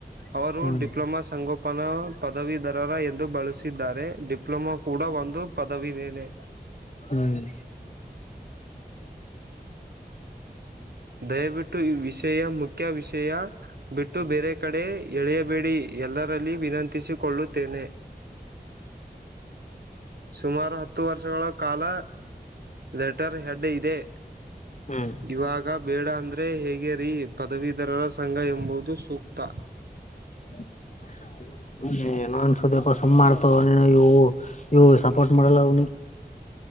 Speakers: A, on the right; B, on the left.
A: ಅವರು
B: ಹ್ಮ್
A: ಡಿಪ್ಲೊಮಾ ಸಂಗೋಪ ಪನ ಪದವೀಧರರ ಎಂದು ಬಳಸಿದ್ದಾರೆ ಡಿಪ್ಲೊಮಾ ಕೂಡ ಒಂದು ಪದವಿನೇನೆ.
B: ಹ್ಮ್.
A: ದಯವಿಟ್ಟು ಈ ವಿಷಯ ಮುಖ್ಯ ವಿಷಯ. ಬಿಟ್ಟು ಬೇರೆ ಕಡೆ ಎಳೆಯಬೇಡಿ ಎಲ್ಲರಲ್ಲಿ ವಿನಂತಿಸಿಕೊಳ್ಳುತ್ತೇನೆ. ಸುಮಾರು ಹತ್ತು ವರ್ಷಗಳ ಕಾಲ ಲೆಟರ್ ಹೆಡ್ ಇದೆ.
B: ಹ್ಮ್.
A: ಇವಾಗ ಬೇಡ ಅಂದ್ರೆ ಹೇಗೆ ರೀ ಪದವೀಧರರ ಸಂಘ ಎಂಬುದು ಸೂಕ್ತ.
B: <inaudible> ಏ ನ ಅನ್ಸುದ್ರಪ ಸುಮ್ಮ್ ಮಾಡ್ತಾವ ಇವು ಇವು ಸಪೋರ್ಟ್ ಮಾಡಲ್ಲ ಅವ್ನಿ.